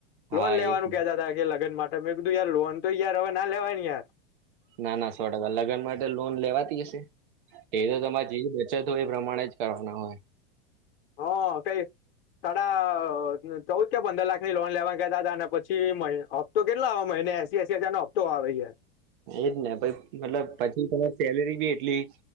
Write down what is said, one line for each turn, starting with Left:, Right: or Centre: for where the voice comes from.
Left: લોન
Right: હા
Left: લેવાનું
Right: એ
Left: કેતા તા. લગન માટે મેં કીધું યાર લોન તો યાર હવે ના લેવાયને યાર.
Right: ના ના સો ટકા લગ્ન માટે લોન લેવાતી હશે એ તો તમારે જેવ છે તો એ પ્રમાણે જ કરવાના હોય.
Left: હ કઈ તા ચૌદ કે પંદર લાખની લોન લેવા કેતા હતા અને પછી મય હપ્તો કેટલા આવા મહિને એસી એ એસિ હજારનો હફતો આવે છે.
Right: એજ ને પહી મતલબ પછી તમારી સેલેરી બી એટલી